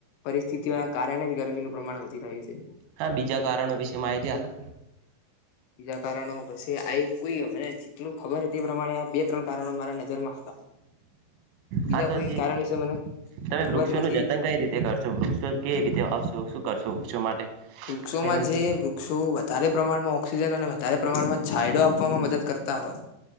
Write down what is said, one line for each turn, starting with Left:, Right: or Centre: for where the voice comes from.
Left: પરિસ્થિતિઓના કારણે જ ગરમીનું પ્રમાણ વધી રહ્યું છે.
Right: હા, બીજા કારણો વિશે માહિતી હાલ
Left: બીજા કારણો પછી આ એક કોઈ મને જેટલું ખબર હતી, એ પ્રમાણે આ બે ત્રણ કારણો મારા નજરમાં હતા. બીજા
Right: હા, તો
Left: કોઈ
Right: જી
Left: કારણ વિશે મને
Right: તમે
Left: ખબર
Right: વૃક્ષોનું
Left: નથી
Right: જતન કઈ રીતે કરશો? વૃક્ષો કે રીતે આવશો શું કરશો વક્ષો માટે?
Left: વૃક્ષોમાં
Right: એના વિશે
Left: જે વૃક્ષો વ વધારે પ્રમાણમાં ઓક્સિજન અને વધારે પ્રમાણમાં છાયડો આપવામાં મદદ કરતા હોય.